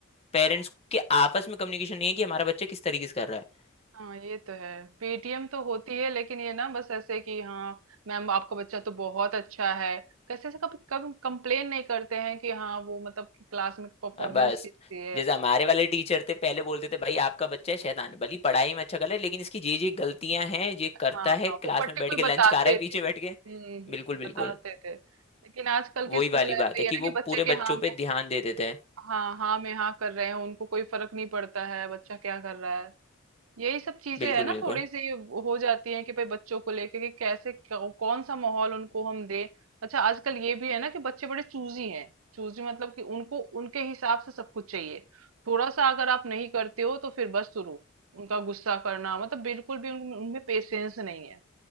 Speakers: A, on the left; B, on the right.
A: पेरेंट्स के आपस में कम्युनिकेशन नहीं है कि हमारा बच्चा किस तरीके से कर रहा है
B: हाँ ये तो है पीटीएम तो होती है लेकिन ये ना बस ऐसे कि हाँ मैम आपका बच्चा तो बहुत अच्छा है कैसे से कभी कभी कंप्लेन नहीं करते हैं कि हाँ वो मतलब कि क्लास में परफॉर्मेंस
A: अ, बस
B: किसकी है
A: जैसे हमारे वाले टीचर थे पहले बोलते थे भाई आपका बच्चा है शैतान भली पढ़ाई में अच्छा कर ले लेकिन इसकी ये ये गलतियां हैं ये
B: हाँ
A: करता है
B: हाँ
A: क्लास
B: वो पर्टिकुलर
A: में बैठ के
B: बताते
A: लंच खा रहा है पीछे
B: थे
A: बैठ के
B: हम्म हम्म
A: बिल्कुल
B: बताते
A: बिल्कुल
B: थे लेकिन आजकल
A: वही
B: के स्कूल
A: वाली
B: ऐसे
A: बात है
B: ही
A: कि
B: है ना
A: वो
B: कि बच्चे
A: पूरे
B: के
A: बच्चों
B: हाँ में
A: पे ध्यान देते थे
B: हाँ हाँ में हाँ कर रहे हैं उनको कोई फर्क नहीं पड़ता है बच्चा क्या कर रहा है यही सब चीजें
A: बिल्कुल
B: है ना
A: बिल्कुल
B: थोड़ी सी हो जाती है कि भाई बच्चों को लेके कि कैसे कौ- कौन सा माहौल उनको हम दें अच्छा आजकल ये भी है ना कि बच्चे बड़े चूजी हैं चूजी मतलब कि उनको उनके हिसाब से सब कुछ चाहिए थोड़ा सा अगर आप नहीं करते हो तो फिर बस शुरू उनका गुस्सा करना मतलब बिल्कुल भी उन- उनमें पेशेंस नहीं है